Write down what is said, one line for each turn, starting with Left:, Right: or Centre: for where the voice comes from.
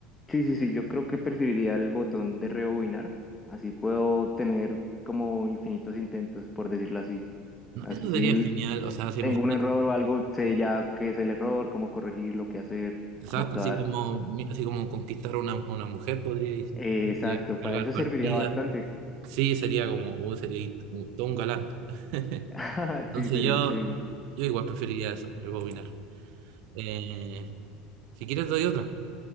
Left: Sí, sí, sí, yo creo que preferiría el botón de rebobinar, así puedo tener como infinitos intentos, por decirlo así.
Right: No,
Left: Así
Right: eso
Left: si
Right: sería
Left: l-
Right: genial. O sea, si
Left: tengo
Right: imagínate,
Left: un error o algo, sé ya qué es el error, cómo corregirlo, qué hacer,
Right: ¿sabes?
Left: cómo actuar.
Right: Así como, así como conquistar a una, a una mujer, podría ir simplemente
Left: Eh, exacto,
Right: cargar
Left: para eso
Right: partidas.
Left: serviría bastante.
Right: Sí, sería como, oh, sería todo un galán. <laughs>
Left: <laughs>
Right: Entonces
Left: Sí, sería
Right: yo,
Left: increíble.
Right: yo igual preferiría eso, rebobinar. Eh, si quieres doy otra.